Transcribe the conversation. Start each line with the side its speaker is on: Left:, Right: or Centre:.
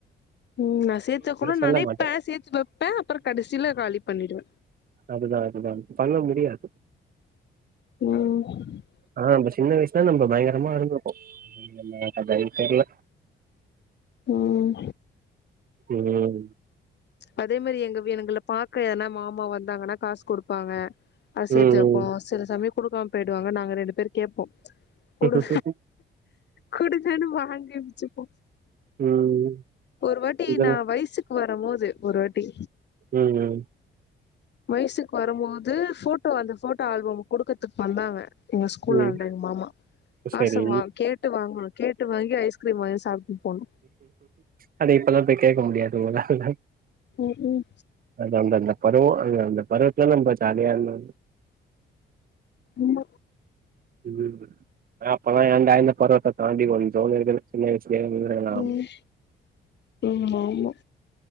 Left: ம் நா சேத்து வெக்கனூன்
Right: சொல்ல
Left: நெனைப்பே
Right: மாட்டோம்.
Left: சேத்து வெப்பே அப்பறொ கடைசில காலி பண்ணிடுவ
Right: அதுதா அதுதா பண்ண முடியாது
Left: ம்
Right: ஆனா நம்ப சின்ன வயசுல நம்ப பயங்கரமா இருந்திருப்போ நம்ம கத தெர்ல
Left: ம்
Right: ம்
Left: அதே மேரி எங்க எங்கள பாக்க என்னா மாமா வந்தாங்கன்னா காசு குடுப்பாங்க அது சேத்து
Right: ம்,
Left: வெப்போ சில சமயொ குடுக்காம பேயிடுவாங்க நாங்க ரெண்டு பேரு கேப்போ குடு
Right: ம்.
Left: குடுங்கனு வாங்கி வச்சுப்போ
Right: ம்
Left: ஒரு வாட்டி
Right: இதெல்லா
Left: நா வயசுக்கு வரம் போது ஒரு வாட்டி
Right: ம் ம்
Left: வயசுக்கு வரம்போது ஃபோட்டோ அந்த ஃபோட்டோ ஆல்பம் குடுக்கறதுக்கு வந்தாங்க எங்க ஸ்கூலான்ட
Right: ம்.
Left: எங்க மாமா காச
Right: சரி.
Left: வாங் கேட் கேட்டு வாங்குனோ கேட்டு வாங்கி ஐஸ்கிரீம் வாங்கி சாப்ட்டு போணோ
Right: ஆனா இப்பெல்லா போய் கேக்க முடியாது உங்களால
Left: ம்ம்
Right: அது அந்த அந்த பருவோ அ அந்த பருவத்துல நம்ம ஜாலியா இருந்த
Left: ம்
Right: <unintelligible> அப்பவே ஏண்டா இந்த பருவத்த தாண்டி வந்தோனு இருக்குது சின்ன வயசுலயே இருந்திருக்கலாம்
Left: ம் ம் ஆமா